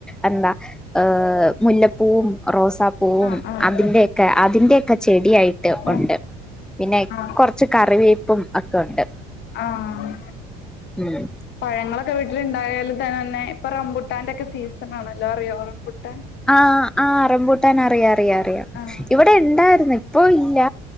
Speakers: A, in the centre; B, on the left (about 60°).
A: എന്താ ഏഹ് മുല്ലപ്പൂവും റോസാപ്പൂവും
B: ആഹ് ആഹ്
A: അതിന്റെ അതിന്റെക്കെ ചെടിയായിട്ട് ഉണ്ട്
B: ആഹ്
A: പിന്നെ
B: ആഹ്
A: കുറച്ച് കറിവേ പ്പം ഒക്കെ ഉണ്ട്
B: ആഹ്
A: ഉം
B: പഴങ്ങളൊക്കെ വീട്ടിലുണ്ടായാലും തന്നെ തന്നെ ഇപ്പൊറബുട്ടാന്റൊക്കെ സീസൺ ആണല്ലോ അറിയോ റംബുട്ടാന്
A: ആഹ് ആഹ് റംമ്പൂട്ടാൻ അറിയാം അറിയാം അറിയാം
B: ആഹ്
A: ഇവിടെ
B: റംബുട്ടാൻ
A: ഉണ്ടായിര്ന്ന് ഇ ഇപ്പോ ഇല്ല